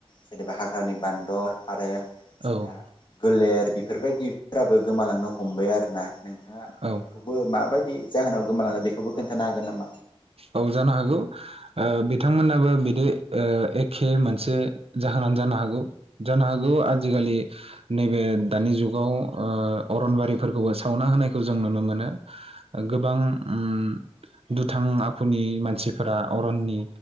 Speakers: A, on the left (about 45°); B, on the right (about 65°).
A: जेनेबा हाग्रानि बान्दर आरो जोंना
B: औ
A: गोलेर बिब फोरबायदि फ्राबो गोमालांनो हमबाय आरोना नोंथाङा
B: औ
A: बेखौबो माबायदि दि जाहोनाव गोमालांदों बेखौबो खोनथानो हागोन नामा?
B: औ जानो हागौ ओ बिथांमोनाबो बिदि एखे मोनसे जाहोनानो जानो हागौ। जानो हागौ
A: औ
B: आजिखालि नैबे दानि जुगाव ओ अरनबारिफोरखौबो सावना होनायखौ जों नुनो मोनो। ओ गोबां ओम - दुथां आखुनि मानसिफोरा अरननि